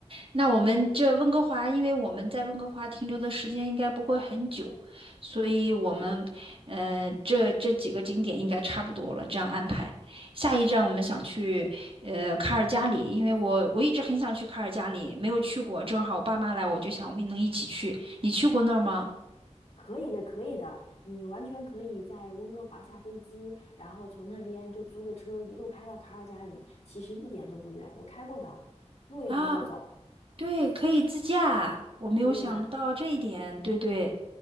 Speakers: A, on the right (about 50°); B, on the left (about 65°).
A: 那我们这温哥华，因为我们在温哥华停留的时间应该不会很久，所以我们，呃，这这几个景点应该差不多了，这样安排。下一站我们想去，呃，卡尔加里，因为我我一直很想去卡尔加里，没有去过，正好我爸妈来，我就想我们能一起去。你去过那儿吗？
B: 可以的，可以的，你完全可以在温哥华下飞机，然后从那边就租个车一路开到卡尔加里，其实一点都不远，我开过的，路也很好走。
A: 啊，对，可以自驾，我没有想到这一点，
B: 对呀，
A: 对对。